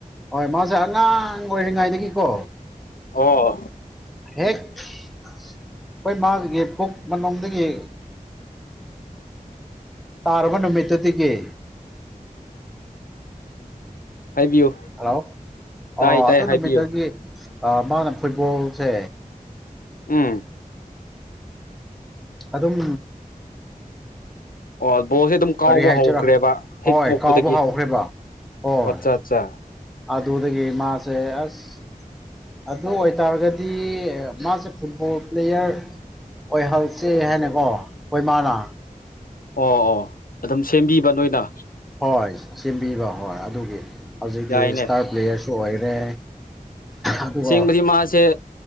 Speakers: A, in the centre; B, on the left.
A: ꯍꯣꯏ ꯃꯥꯁꯦ ꯑꯉꯥꯡ ꯑꯣꯏꯔꯤꯉꯩꯗꯒꯤꯀꯣ
B: ꯑꯣ
A: ꯍꯦꯛ ꯑꯩꯈꯣꯏ ꯃꯥꯒꯤ ꯄꯨꯛ ꯃꯅꯨꯗꯒꯤ ꯇꯥꯔꯕ ꯅꯨꯃꯤꯠꯇꯨꯗꯒꯤ
B: ꯍꯥꯏꯕꯤꯌꯨ
A: ꯍꯜꯂꯣ
B: ꯇꯥꯏ
A: ꯑꯣ
B: ꯇꯥꯏ
A: ꯑꯗꯨ
B: ꯍꯥꯏꯕꯤꯌꯨ
A: ꯅꯨꯃꯤꯠꯇꯒꯤ ꯃꯥꯅ ꯐꯨꯠꯕꯣꯜꯁꯦ
B: ꯎꯝ
A: ꯑꯗꯨꯝ
B: ꯑꯣ ꯕꯣꯜꯁꯦ ꯑꯗꯨꯝ ꯀꯥꯎꯕ
A: ꯀꯔꯤ ꯍꯥꯏꯁꯤꯔꯥ
B: ꯍꯧꯈ꯭ꯔꯦꯕ ꯍꯦꯛ
A: ꯍꯣꯏ
B: ꯄꯣꯛꯄꯗꯒꯤ
A: ꯀꯥꯎꯕ ꯍꯧꯈ꯭ꯔꯦꯕ ꯍꯣꯏ
B: ꯑꯠꯆꯥ ꯑꯠꯆꯥ
A: ꯑꯗꯨꯗꯒꯤ ꯃꯥꯁꯦ ꯑꯁ ꯑꯗꯨ ꯑꯣꯏꯇꯥꯔꯒꯗꯤ ꯃꯥꯁꯦ ꯐꯨꯠꯕꯣꯜ ꯄ꯭ꯂꯦꯌꯔ ꯍꯣꯏ ꯍꯡꯁꯦ ꯍꯥꯏꯅꯀꯣ ꯍꯣꯏ ꯃꯥꯅ
B: ꯑꯣ ꯑꯣ ꯑꯗꯨꯝ ꯁꯦꯝꯕꯤꯕ ꯅꯣꯏꯅ
A: ꯍꯣꯏ ꯁꯦꯝꯕꯤꯕ ꯍꯣꯏ ꯑꯗꯨꯒꯤ ꯍꯧꯖꯤꯛꯇꯤ
B: ꯌꯥꯏꯅꯦ
A: ꯏꯁꯇꯥꯔ ꯄ꯭ꯂꯦꯌꯔ ꯑꯣꯏꯔꯦ ꯑꯗꯨꯒ
B: ꯑꯁꯦꯡꯕꯗꯤ ꯃꯥꯁꯦ